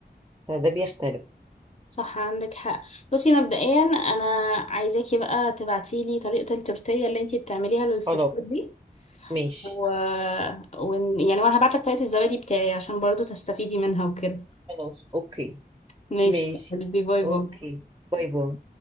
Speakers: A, on the right; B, on the left.
A: فده بيختلف
B: صح عندك حق بصي مبدئيا انا عايزاكي بقى تبعتيلي طريقة التورتية اللي انتي بتعمليها للفطار
A: خلاص
B: دي
A: ماشي
B: و... و... يعني وانا هبعتلك طريقة الزبادي بتاعي عشان برضو تستفيدي منها وكده
A: خلاص اوكي
B: ماشي
A: ماشي
B: يا قلبي باي
A: اوكي
B: باي
A: باي باي